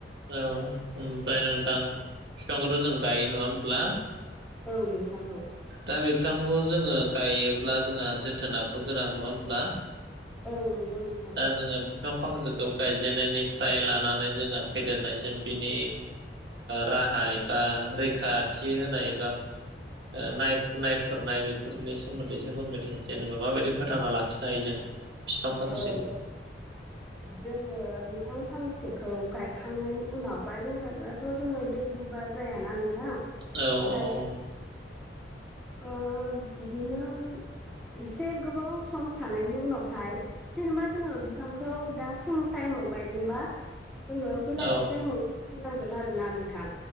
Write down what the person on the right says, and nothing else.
औ ओमफ्राय नोंथां बिफांखौथ' जों गायो नङा होनब्ला
दा बिफांखौ जोङो गायोब्ला जोंहा जोथोनाबो गोनां नङा होनब्ला
दा जोङो बिफां फांसेखौ गायजेननायनिफ्राय लानानै जोङो फेदेरनायसिम बिनि राहाय बा रैखाथि होनाय बा नाय नायफोरनाय बेफोरनि सोमोन्दैसो फोरमायदों जेनेबा माबायदि फोथांना लाखिनो हायो जों बिफां फांसेखौ
<inaudible>
औ औ
औ
औ